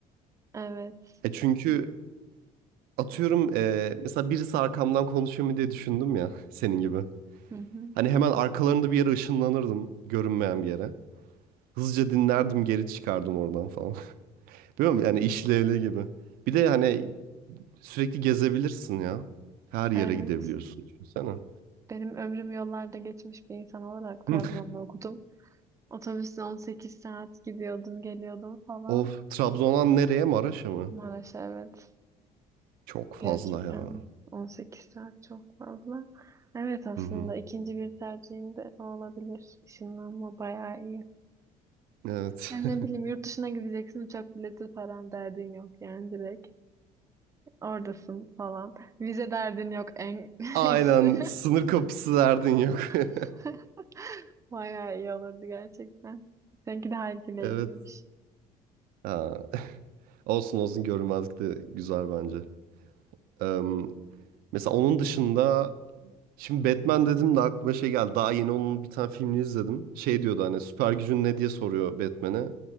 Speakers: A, on the right; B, on the right.
A: evet.
B: E çünkü
A: Çünkü-
B: atıyorum e, mesela birisi arkamdan konuşuyor mu diye düşündüm ya <laughs> senin gibi.
A: Hı hı.
B: Hani hemen arkalarında bir yere ışınlanırdım görünmeyen bir yere. Hızlıca dinlerdim geri çıkardım oradan falan. <laughs> Biliyor musun? Yani işlevli gibi. Bir de hani Sürekli gezebilirsin ya. Her yere
A: Evet.
B: gidebiliyorsun. Düşünsene.
A: Benim ömrüm yollarda geçmiş bir insan olarak Trabzon'da
B: Hı.
A: okudum. Otobüsle 18 saat gidiyordum, geliyordum falan.
B: Of. Trabzon'dan nereye? Maraş'a mı?
A: Maraş'a evet.
B: Çok fazla
A: Gerçekten
B: ya.
A: 18 saat çok fazla. Evet aslında
B: Hı hı.
A: ikinci bir tercihim de o olabilir. Işınlanma bayağı iyi.
B: Evet.
A: Yani
B: <laughs>
A: ne bileyim yurt dışına gideceksin uçak bileti falan derdin yok yani direkt. Oradasın falan. Vize derdin yok en <laughs>
B: Aynen.
A: iyisi.
B: Sınır kapısı derdin yok. <laughs>
A: <laughs> Bayağı iyi olurdu gerçekten. Seninki de halkileyiciymiş.
B: Evet. Ha. <laughs> Olsun olsun görünmezlik de güzel bence. Eee, mesela onun dışında şimdi Batman dedim de aklıma şey geldi. Daha yeni onun bir tane filmini izledim. Şey diyordu hani süper gücün ne diye soruyor Batman'e.